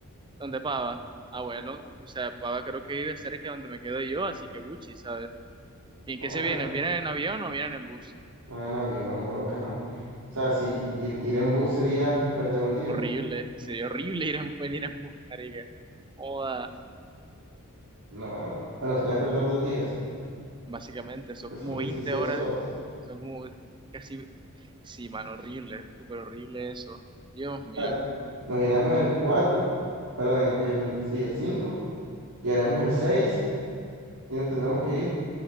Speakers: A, on the right; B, on the right.
A: ¿Dónde Pava? Ah, bueno, o sea, Pava creo que vive cerca de donde me quedo yo, así que Buchi, ¿sabes? ¿Y en
B: Vamos
A: qué se vienen?
B: a-
A: ¿Vienen en avión o vienen en bus?
B: no en avión, bro, cama. O sea, si ir, ir en bus sería perder un día.
A: Horrible, sería horrible ir en, venir en bus, marica. Joda,
B: No, bueno, sería perder dos días,
A: básicamente, son
B: pues
A: como
B: son 16
A: 20 horas,
B: horas.
A: son como casi, sí, man, horrible, súper horrible eso. Dios mío.
B: O sea, nos iremos el 4, perdón, el, sí, el 5, llegaremos el 6 y nos tendremos que ir